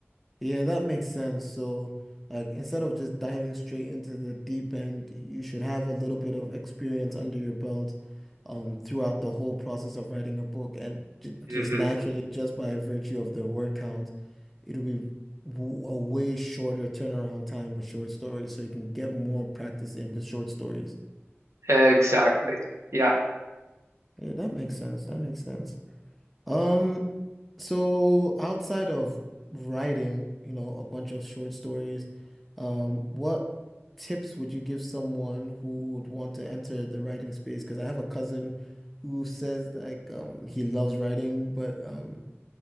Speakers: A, in the centre; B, on the right.
A: Yeah, that makes sense. So, like, instead of just diving straight into the deep end, you should have a little bit of experience under your belt, um, throughout the whole process of writing a book, and j
B: hmm
A: just naturally, just by virtue of the word count, it'll be w a way shorter turnaround time with short stories, so you can get more practice in the short stories.
B: Exactly. Yeah.
A: Yeah, that makes sense. That makes sense. Um, so outside of writing, you know, a bunch of short stories, um, what tips would you give someone who would want to enter the writing space? Because I have a cousin who says like um he loves writing, but um